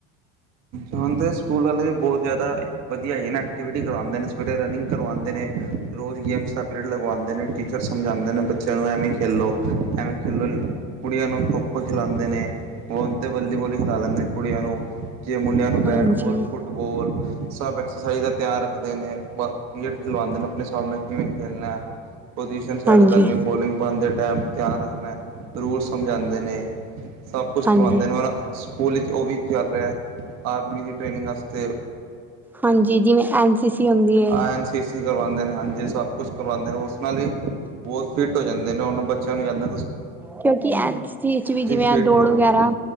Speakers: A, on the right; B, in the centre.
A: ਹਾਂ ਤਾਂ ਸਕੂਲ ਵਾਲੇ ਵੀ ਬਹੁਤ ਜ਼ਿਆਦਾ ਵਧੀਆ ਜ ਨੇ ਐਕਟੀਵਿਟੀ ਕਰਵਾਉਂਦੇ ਨੇ, ਸਵੇਰੇ ਰਨਿੰਗ ਕਰਵਾਉਂਦੇ ਨੇ। ਰੋਜ਼ ਗੇਮਸ ਦਾ ਪੀਰੀਅਡ ਲਗਵਾਉਂਦੇ ਨੇ, ਟੀਚਰ ਸਮਝਾਉਂਦੇ ਨੇ ਬੱਚਿਆਂ ਨੂੰ ਐਵੇਂ ਖੇਲੋ, ਐਵੇਂ ਖੇਲੋ ਕੁੜੀਆਂ ਨੂੰ ਖੋ-ਖੋ ਖਿਲਾਉਂਦੇ ਨੇਂ। ਉਹ ਹੁਣ ਤੇ ਵਾਲੀਬਾਲ ਵੀ ਖਿਲਾ ਲੈਂਦੇ ਨੇਂ, ਕੁੜੀਆਂ ਨੂੰ। ਜੇ ਮੁੰਡਿਆਂ ਨੂੰ ਬੈਟਬਾਲ,
B: ਹਾਂਜੀ
A: ਫੁੱਟਬਾਲ ਸਭ ਐਕਸਰਸਾਈਜ਼ਾ ਤਿਆਰ ਰੱਖਦੇ ਨੇਂ। ਬੋ ਖੇਡ ਖਿਲਵਾਉਦੇਂ ਨੇਂ ਆਪਨੇ ਸਾਹਮਣੇ। ਕਿਵੇਂ ਖੇਲਨਾ ਏ ਪੋਜ਼ੀਸ਼ਨ ਸੈੱਟ
B: ਹਾਂਜੀ
A: ਕਰਨੀ ਬੋਲਿੰਗ ਬਣਦੇ ਟਾਈਮ ਧਿਆਨ ਰੱਖਣਾ, ਰੂਲਜ਼ ਸਮਝਾਉਂਦੇ ਨੇ, ਸਭ ਕੁਛ
B: ਹਾਂਜੀ
A: ਕਰਵਾਉਂਦੇ ਨੇ ਔਰ ਸਕੂਲ ਵਿੱਚ ਉਹ ਵੀ ਚੱਲ ਰਿਹਾ। ਆਰਮੀ ਦੀ ਟ੍ਰੇਨਿੰਗ ਆਸਤੇ।
B: ਹਾਂਜੀ, ਜਿਵੇਂ ਐਨ ਸੀ ਸੀ ਹੁੰਦੀ ਏ।
A: ਐਨ ਸੀ ਕਰਵਾਉਂਦੇ ਨੇ, ਹਾਂਜੀੇ ਸਭ ਕੁਛ ਕਰਵਾਉਂਦੇ ਨੇ ਉਸ ਨਾਲ ਹੀ ਬਹੁਤ ਫਿੱਟ ਹੋ ਜਾਂਦੇ ਨੇ ਉਹਨਾਂ ਬੱਚਿਆਂ ਨੂੰ ਜਦ
B: ਕਿਉਂਕਿ ਇਸ ਚੀਜ਼ ਚ ਵੀ ਜਿਵੇਂ
A: ਫਿਟ
B: ਦੌੜ
A: ਰਹੋ
B: ਵਗੈਰਾ।